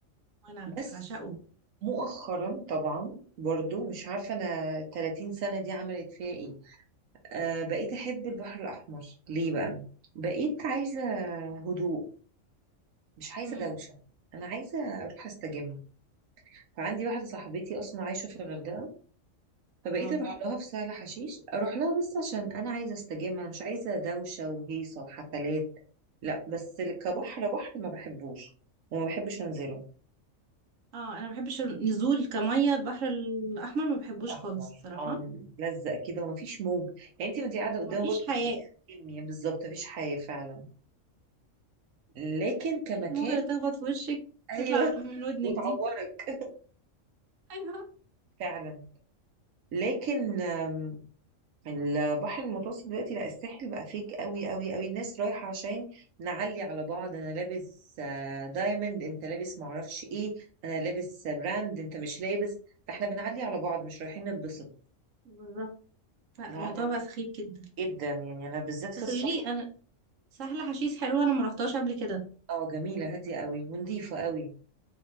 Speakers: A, on the right; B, on the right.
A: <laughs> وانا
B: بس
A: بعشقه
B: مؤخرا طبعا برضو مش عارفة أنا 30 سنة دي عملت فيها إيه آه بقيت أحب البحر الأحمر ليه بقى؟ بقيت عايزة هدوء مش عايزة
A: امم
B: دوشة أنا عايزة أروح أستجم فعندي واحدة صاحبتي أصلا عايشة في الغردقة فبقيت
A: واو
B: أروح آه. لها في سهل حشيش أروح لها بس عشان أنا عايزة أستجم أنا مش عايزة دوشة وهيصة وحفلات لا بس كبحر بحر ما بحبوش وما بحبش أنزله
A: اه انا ما بحبش النزول كميه البحر الاحمر ما بحبوش
B: أحمر
A: خالص الصراحه
B: آه ملزق كده ومفيش موج يعني أنت وأنت قاعدة
A: وما
B: قدامه
A: فيش
B: برضه
A: حياه
B: هتتكلمي بالظبط مفيش حياة فعلا لكن كمكان
A: الموجه اللي تخبط في وشك
B: أيوه
A: تطلع
B: <laughs>
A: من ودنك
B: وتعورك
A: دي ايوه
B: فعلا لكن آم، البحر المتوسط دلوقتي لا الساحل بقى فيك قوي قوي قوي الناس رايحة عشان نعلي على بعض انا لابس آه، دايموند انت لابس معرفش ايه انا لابس آه، براند انت مش لابس فاحنا بنعلي على بعض مش رايحين نتبسط
A: بالظبط لا
B: لا
A: الموضوع
B: انا
A: بقى سخيف جدا
B: جدا يعني انا بالذات في
A: بس
B: السفر
A: قولي لي انا سهله حشيش حلوه انا ما رحتهاش قبل كده
B: اه جميلة هادية قوي ونضيفة قوي